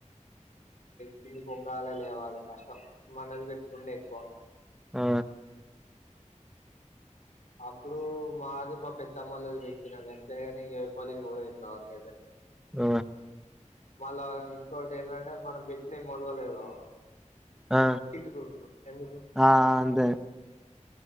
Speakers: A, on the left; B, in the centre.
A: కిన్ని కొంగాల లేవాలా కష్టం మనది పెట్టుకుంటే ఎక్కువ
B: ఆ
A: అప్పుడు మాది మా పెద్ద అమ్మలు పెట్టినాక అంతేగాని ఎవలికి పోదైనంతవరక అైతే
B: ఆ
A: మళ్ళా ఇంకోటి ఏంటంటే మన బెట్టిని మొలవలేదు
B: ఆ
A: <unintelligible> ఎందుకు
B: ఆ అంతే